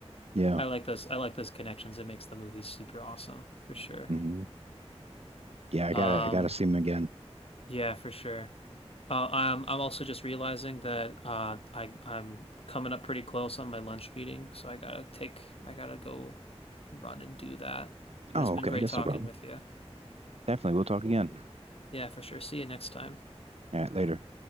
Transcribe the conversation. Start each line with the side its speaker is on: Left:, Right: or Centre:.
Right: Yeah.
Left: I like those I like those connections. It makes the movies super awesome for sure.
Right: hmm Yeah, I
Left: Um,
Right: gotta I gotta see him again.
Left: yeah, for sure. Uh, I'm I'm also just realizing that uh, I I'm coming up pretty close on my lunch meeting, so I gotta take I gotta go run and do that. But
Right: Oh,
Left: it's been
Right: okay,
Left: great
Right: that's
Left: talking
Right: no problem.
Left: with you.
Right: Definitely, we'll talk again.
Left: Yeah, for sure. See you next time.
Right: All right, later.